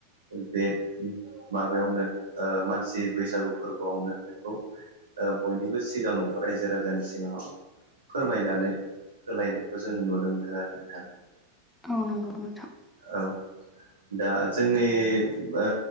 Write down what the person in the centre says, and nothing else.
औ नंगौ नोंथां।